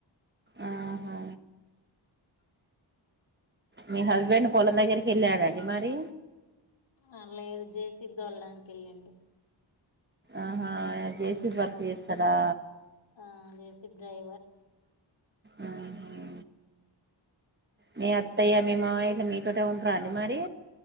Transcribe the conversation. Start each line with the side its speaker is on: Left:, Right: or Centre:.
Right: ఆహా మీ హస్బెండ్ పొలం దగ్గరికి వెళ్ళాడండి మరి
Left: ఆ లేదు జేసిపి తోలడానికి వెళ్లిండు
Right: ఆహా జేసీపి వర్క్ చేస్తాడా
Left: ఆ జేసిప్ డ్రైవర్
Right: ఉమ్ హు మీ అత్తయ్య మీ మామయ్య మీతోటే ఉంటారా అండి మరి